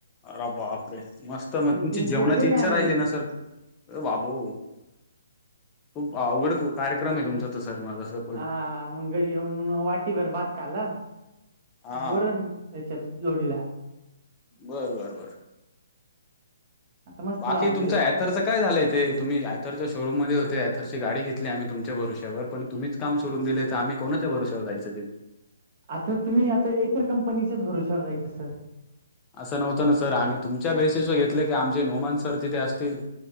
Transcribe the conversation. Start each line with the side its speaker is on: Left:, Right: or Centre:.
Left: अर बापरे मस्त मग तुमची
Right: तीन
Left: जेवणाची
Right: प्लेट घरी
Left: इच्छा
Right: आणली
Left: राहिली नसल. अर बाबू खूप अवघड कार्यक्रम आहे तुमचा तर सर मगसं.
Right: हा मग घरी येऊन वाटीवर बातकाला
Left: हा
Right: वरण. त्याच्यात जोडीला.
Left: बर बर बर.
Right: आता मस्त
Left: बाकी
Right: झालंय
Left: तुमचं
Right: जेवण
Left: थरच. काय झालं इथ ते तुम्ही आयथरच्या शोरूममध्ये होते यथरची गाडी घेतली आम्ही तुमच्या भरुश्यावर पण तुम्हीच काम सडून दिलेय आम्ही कोणाच्या भरोरसेवर जायचं तिे
Right: आता तुम्ही आता इतर कंपनीच्याच भरोश्यावर जा्यायचं सर.
Left: असं नव्हतं ना सर आम्ही तुमच्या बेसीसवर घेतले की आमचे नोमान सर तिथे असतील.